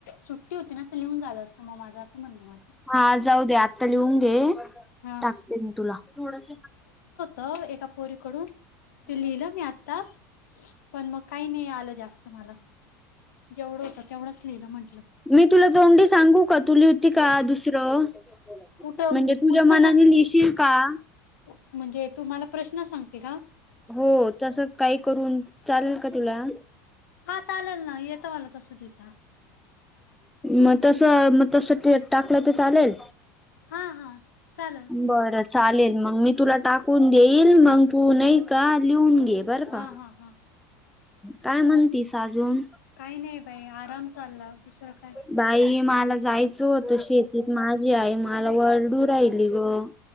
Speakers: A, on the left (about 75°); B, in the centre.
A: सुट्टी होती ना लिहून झालं असत, मग माझं. असं म्हणणं माझं
B: हा, जाऊ दे आत्ता लिहून घे
A: हा
B: टाकते, मी तुला थोडस
A: अ एका पोरीकडून ते लिहिलं मी आता, पण मग काही नाही आलं जास्त मला. जेवढं होत तेवढंच लिहिलं म्हण
B: मी तुला तोंडी सांगू का? तु लिहीती का दुसरं.
A: कुठं
B: म्हणजे तुझ्या
A: पुस्तकात?
B: मनाने लिहिशील का
A: म्हणजे तुम्हाला प्रश्न सांगते का?
B: हो तस काही करून चालेल का तुला?
A: हां चालल ना येतो मला तसं देता
B: मग तस मग तस टाकलं ते चालेल?
A: हा हा चालेल
B: बरं चालेल. मग मी तुला टाकून देईल मग तू नाही का लिहून घे बर
A: हा
B: का.
A: हा हा
B: काय म्हणतीस अजून
A: काही नाही बाई आराम चालला दुसरं काय
B: बाई मला जायचं होत शेतीत माझी आई मला वरडू राहिली ग.